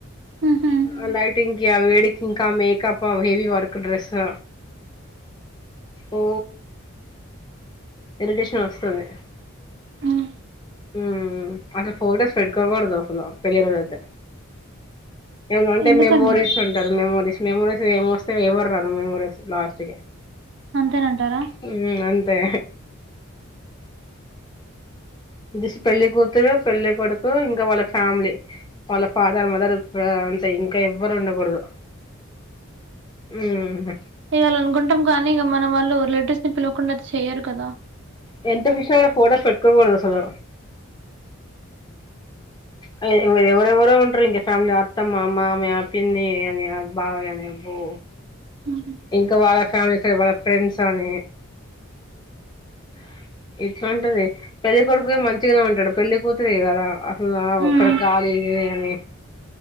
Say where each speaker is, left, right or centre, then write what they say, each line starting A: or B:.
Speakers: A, on the right (about 55°); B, on the left (about 20°).
A: ఊహు
B: ఆ లైటింగ్కి ఆ వేడికి ఇంకా మేకప్ ఆమె హెవీ వర్క్ డ్రెస్స్ ఓ ఇరిటేషన్ వస్తది
A: ఉమ్
B: ఉ అసలు ఫోటోస్ పెట్కోకూడదు అసలు పెళ్ళి రోజు అయితే ఏమన్నా అంటే
A: ఎందుకండి
B: మెమోరీస్ ఉంటారు మెమోరీస్ మెమోరీస్ ఏమొస్తయి ఎవరు రారు మెమోరీస్ లాస్ట్ కి
A: అంతేనంటారా
B: ఉ అంతే స్ పెళ్లి కూతురు పెళ్లి కొడుకు ఇంకా వాళ్ళ ఫ్యామిలీ వాళ్ళ ఫాదర్ మదర్ బ్రా అంద తే ఇంకా ఎవ్వరు ఉండకూడదు మ్మ్
A: చేయాలి అనుకుంటాం కానీ ఇక మన వాళ్ళు రిలేటివ్స్ ని పిలవకుండా అయితే చెయ్యరు కదా
B: రెండు విషయాల్లో ఫోటోస్ పెట్టుకోకూడదు అసలు ఆ ఇంగ ఎవరెవరో ఉంటరు ఇంకా ఫ్యామిలీ అత్తమ్మ, మామయ్య, పిన్ని, అని బావ గాని అబ్బో
A: ఉమ్
B: ఇంకా వాళ్ళ ఫ్యామిలీస్ లో ఎవర ఫ్రెండ్స్ అని అ ఇట్లుంటది పెళ్లి కొడుకు మంచిగనే ఉంటాడు పెళ్లి కూతురే కదా అసలు
A: ఉమ్
B: ఒక్కడ గాలి ఇదే అని